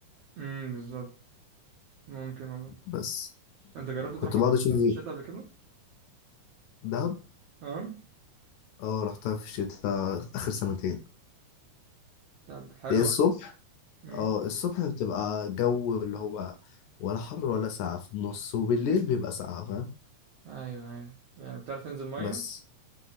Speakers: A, on the right; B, on the left.
A: امم بالظبط ممكن والله
B: بس
A: أنت جربت تروحها
B: كنت بقعد
A: في
B: أشوف
A: في الشتاء قبل كده؟
B: دهب
A: أه
B: اه رحتها في الشتاء اخر سنتين
A: طب حلوة
B: هي الصبح
A: امم
B: اه الصبح بتبقى جو اللي هو ولا حر ولا ساقعة في النص وبالليل بيبقى ساقعة فاهم
A: أيوه أيوه يعني بتعرف تنزل مية؟
B: بس